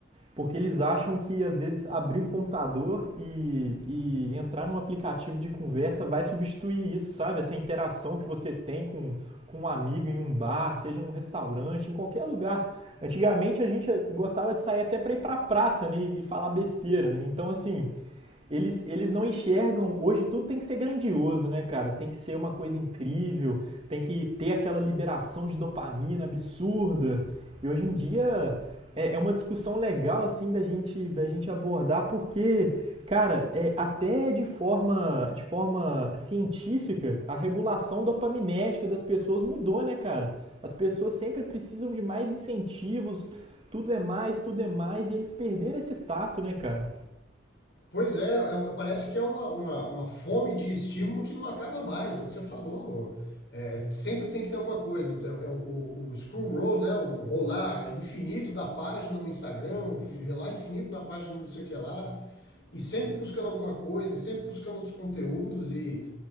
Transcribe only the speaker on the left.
Pois é, é- um, parece que é uma, uma, uma fome de estímulo que não acaba mais, é o que você falou. É, sempre tem que ter alguma coisa. É, é o, o- o scroll roll, né? O rolar infinito da página no Instagram, o fi- rolar infinito na página não sei o que lá, e sempre buscando alguma coisa, e sempre buscando outros conteúdos, e